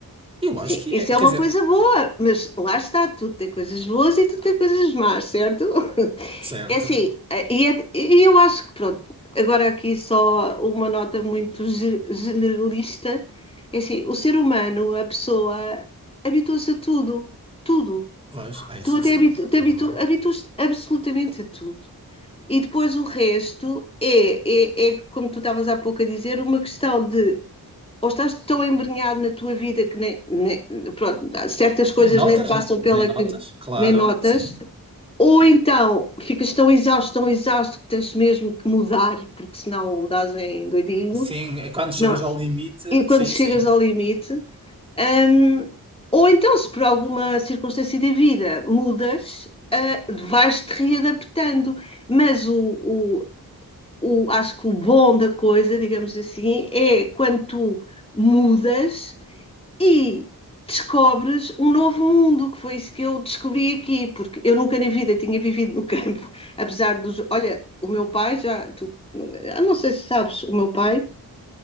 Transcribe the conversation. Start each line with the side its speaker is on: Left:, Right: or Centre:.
Right: Eu
Left: Sim,
Right: acho que
Left: isso
Right: é.
Left: é
Right: Quer
Left: uma
Right: dizer,
Left: coisa boa, mas lá está, tudo tem coisas boas e tudo tem coisas más, certo? <laughs>
Right: certo.
Left: É assim, eh, e, é- e eu acho que pronto, agora aqui só uma nota muito ge- generalista, é assim, o ser humano, a pessoa, habitua-se a tudo, tudo.
Right: Pois, ah, isso
Left: Tu até
Right: eu sei.
Left: habitu- te
Right: É
Left: habitu-
Right: verdade.
Left: habituas absolutamente a tudo. E depois o resto é, é, é, como tu estavas há pouco a dizer, uma questão de ou estás tão embrenhado na tua vida que nem, nem- pronto, certas coisas
Right: Nem notas,
Left: nem te passam
Right: nem
Left: pela
Right: notas,
Left: que
Right: claro,
Left: nem notas,
Right: sim.
Left: ou então ficas tão exausto, tão exausto que tens mesmo que mudar, porque senão dás em doidinho.
Right: Sim, é quando chegas
Left: Não.
Right: ao limite.
Left: E quando
Right: Sim,
Left: chegas
Right: sim.
Left: ao limite, hum, ou então, se por alguma circunstância da vida mudas, ah, vais-te readaptando. Mas o, o- o- acho que o bom da coisa, digamos assim, é quando tu mudas e descobres um novo mundo, que foi isso que eu descobri aqui, porque eu nunca na vida tinha vivido no <laughs> campo, apesar dos. Olha, o meu pai já. Tu, eu não sei se sabes, o meu pai,